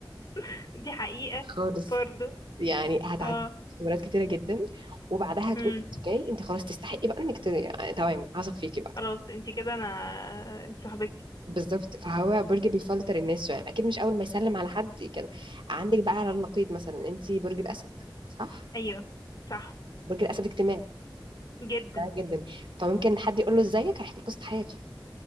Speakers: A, on the left; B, on the right.
A: <laughs> دي حقيقة
B: خالص
A: برضو
B: يعني هتعدي
A: اه
B: اختبارات كتيره جدا وبعدها هتقول
A: امم
B: انت جاي انت خلاص تستحقي بقى انك ت... تمام هثق فيكي بقى
A: خلاص انت كده انا انت صاحبتي
B: بالظبط فهو برج بيفلتر الناس شويه اكيد مش اول ما يسلم على حد كده عندك بقى على النقيض مثلا انت برج الاسد صح
A: ايوه صح
B: برج الاسد اجتماعي
A: جدا
B: اجتماعي جدا فممكن حد يقول له ازيك هيحكي لك قصه حياته